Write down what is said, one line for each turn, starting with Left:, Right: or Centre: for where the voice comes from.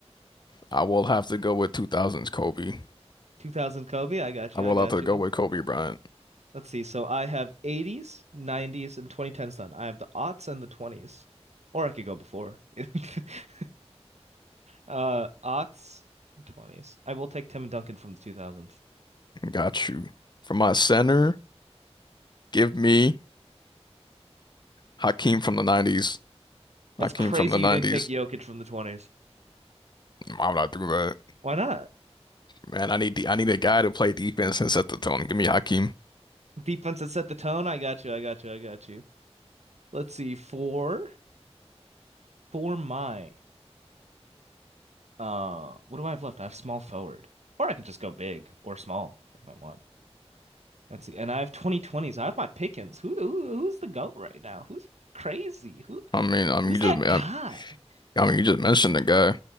Left: I will have to go with 2000's Kobe.
Right: 2000 Kobe. I got
Left: I
Right: you.
Left: will
Right: I got
Left: have to
Right: you.
Left: go with Kobe Bryant.
Right: Let's see. So I have 80s, 90s, and 2010s done. I have the aughts and the 20s, or I could go before. <laughs> Uh, aughts, 20s. I will take Tim Duncan from the 2000s.
Left: Got you. For my center, give me Hakeem from the 90s.
Right: That's
Left: Hakeem
Right: crazy.
Left: from the 90s.
Right: You didn't take Jokic from the 20s.
Left: I'm not through that.
Right: Why not?
Left: Man, I need the, I need a guy to play defense and set the tone. Give me Hakeem.
Right: Defense that set the tone. I got you. I got you. I got you. Let's see. Four for my uh what do I have left? I have small forward. Or I could just go big or small if I want. Let's see. And I have 2020s. I have my pickings. Who, who who's the goat right now? Who's crazy? Who
Left: I mean, I mean,
Right: who's
Left: you
Right: that
Left: just, I,
Right: guy?
Left: I mean, you just mentioned the guy.